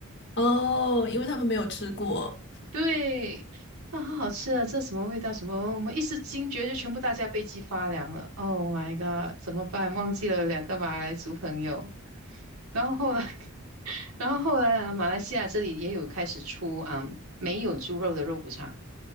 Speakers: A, on the left (about 50°); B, on the right (about 85°).
A: 哦，因为他们没有吃过。
B: 对，啊，好好吃啊，这什么味道？什么？我们一时惊觉，就全部大家背脊发凉了。Oh my god，怎么办？忘记了两个马来族朋友。然后后来，<laughs> 然后后来啊，马来西亚这里也有开始出啊，没有猪肉的肉骨茶。